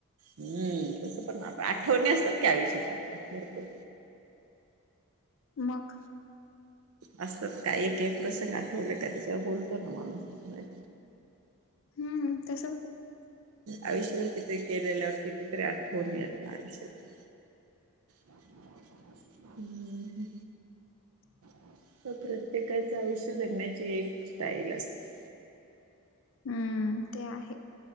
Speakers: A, on the right; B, on the left.
A: हम्म, तस पण आठवणी असतात आयुष्यात आपल्या भरपूर
B: मक
A: असतात काय एक एक प्रसंग आठवले त्याच्यावर बोलतो ना माणूस अस नाही.
B: हम्म तस
A: आयुष्यभर कित्येक केलेल्या कितीतरी आठवणी येत ना आयुष्यात हम हम्मं
B: <unintelligible>
A: तसं प्रत्येकाच आयुष्य जगण्याची एक स्टाईल असते.
B: हंम ते आहे